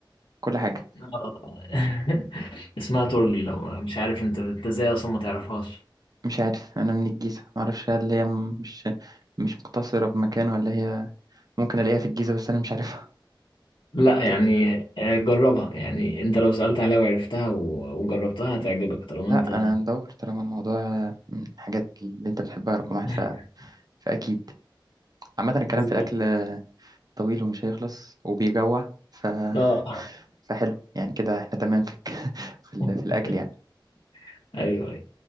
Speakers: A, on the right; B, on the left.
A: كل حاجه
B: آه. <laughs> اسمها تورلي لو مش عارف انت انت ازاي اصلا ما تعرفهاش
A: مش عارف انا من الجيزه ما اعرفش هل هي م- مش مش مقتصره بمكان ولا هي ممكن الاقيها في الجيزه بس انا مش عارفها
B: لا يعني
A: <laughs> تقول لي
B: آه، جربها يعني انت لو سألت عليها وعرفتها و- وجربتها هتعجبك طالما
A: لا
B: انت
A: انا ندور طالما الموضوع من الحاجات اللي انت بتحبها رقم
B: <laughs>
A: واحد ف... فاكيد عامه الكلام
B: بالظبط
A: في الاكل طويل ومش هيخلص وبيجوع ف...
B: اه
A: <laughs> فحلو يعني كده احنا تمام في الك- <laughs> في, ال...
B: <laughs>
A: في الاكل يعني
B: ايوه